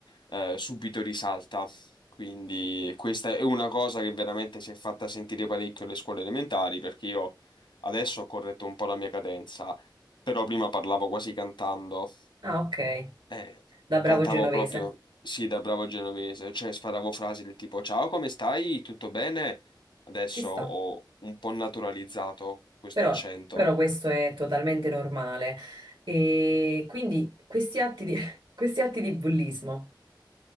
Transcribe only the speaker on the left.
eh, subito risalta. Quindi questa è una cosa che veramente si è fatta sentire parecchio alle scuole elementari, perché io adesso ho corretto un po' la mia cadenza, però prima parlavo quasi cantando.
Eh,
cantavo
proprio, sì, da bravo genovese, cioè sparavo frasi del tipo Ciao, come stai? Tutto bene? Adesso
ho un po' naturalizzato questo
accento,